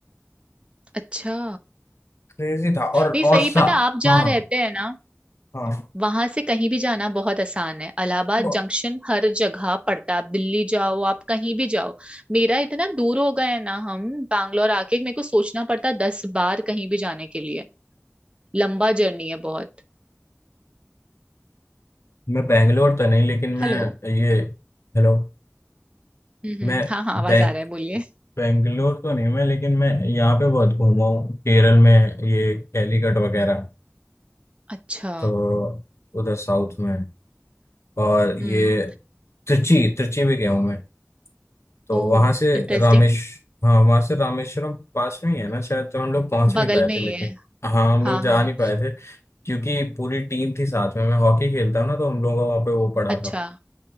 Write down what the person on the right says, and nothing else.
अच्छा
नहीं सही
पता आप जहाँ
रहते हैं ना
वहां से कहीं भी जाना बहुत आसान है इलाहाबाद
जंक्शन हर जगह पड़ता है आप दिल्ली जाओ आप कहीं भी जाओ मेरा इतना दूर हो गया है ना हम बैंगलोर आके मेरे को सोचना पड़ता है दस बार कहीं भी जाने के लिए लंबा जर्नी है बहुत
हेलो
हम्म
हम्म, हाँ हाँ आवाज
आ रहा है बोलिए
अच्छा
हम्म
ओ
इंटरेस्टिंग
बगल
में ही
है
हाँ
हाँ
अच्छा